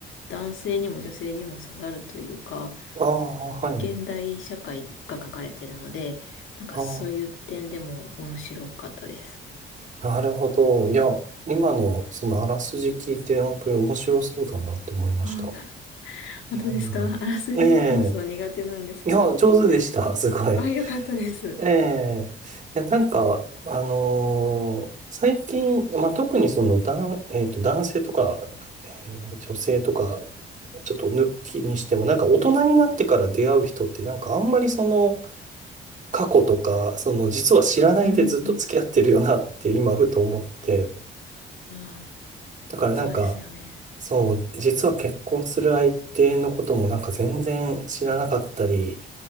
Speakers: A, on the left (about 80°); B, on the right (about 40°).
A: 男性にも女性にも刺さるというか、
B: ああ、はい。
A: 現代社会が書かれてるので、なんかそういう点でも面白かったです。
B: ああ、なるほど。いや、今のそのあらすじ聞いて、本当に面白そうだなって思いました。
A: うん本当ですか
B: うん。
A: <laughs> あらすじ話すの苦手なんですけど。
B: ええ。いや、上手でした。すごい。
A: <laughs> あ、よかったです。
B: ええ、いや、なんか、あのー最近、まあ、特にその、男えっと、男性とか、えー女性とか、ちょっと抜きにしても、なんか大人になってから出会う人って、なんかあんまりその、過去とか、その、実は知らないでずっと付き合ってるよなって今、
A: うん
B: ふと思って、
A: うん。ああ、
B: だからなんか、
A: そうですよね。
B: そう、実は結婚する相手のこともなんか全然知らなかったり、